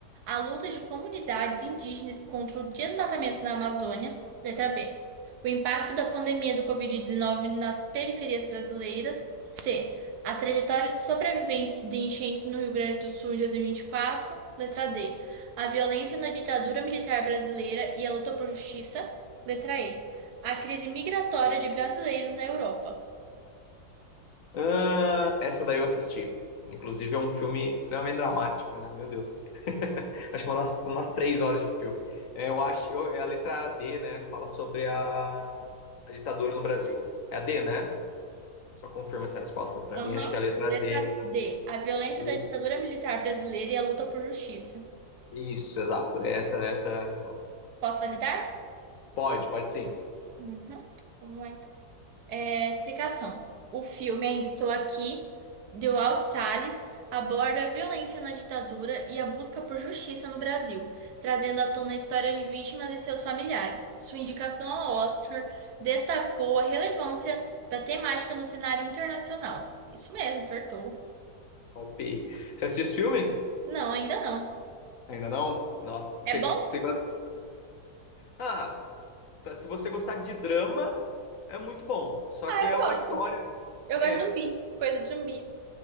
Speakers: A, on the right (about 75°); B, on the left (about 60°).
A: A luta de comunidades indígenas contra o desmatamento na Amazônia. Letra B. O impacto da pandemia do Covid-19 nas periferias brasileiras. C. A trajetória de sobreviventes de enchentes no Rio Grande do Sul em 2024. Letra D. A violência na ditadura militar brasileira e a luta por justiça. Letra E. A crise migratória de brasileiros na Europa.
B: Ah, essa daí eu assisti. Inclusive é um filme extremamente dramático, né? Meu Deus. <laughs> Acho que umas, umas três horas de filme. É, eu acho, eu- é a letra D, né? Fala sobre a, a ditadura no Brasil. É a D, né? Só confirma essa resposta pra
A: Aham.
B: mim. Acho que é a letra
A: Letra
B: D.
A: D. A violência
B: E-
A: da ditadura militar brasileira e a luta por justiça.
B: isso, exato. É essa, essa é a resposta.
A: Posso validar?
B: Pode, pode sim.
A: Uhum. Vamos lá, então. É, explicação. O filme Ainda Estou Aqui, de Walt Salles, aborda a violência na ditadura e a busca por justiça no Brasil, trazendo à tona histórias de vítimas e seus familiares. Sua indicação ao Oscar destacou a relevância da temática no cenário internacional. Isso mesmo, acertou.
B: Palpi. Você assistiu esse filme?
A: Não, ainda não.
B: Ainda não? Nossa, você,
A: É bom?
B: você gosta. ah, ah, Tá, se você gostar de drama, é muito bom. Só
A: Ah,
B: que é
A: eu
B: uma
A: gosto.
B: história.
A: Eu
B: é,
A: gosto de zumbi, coisa de zumbi.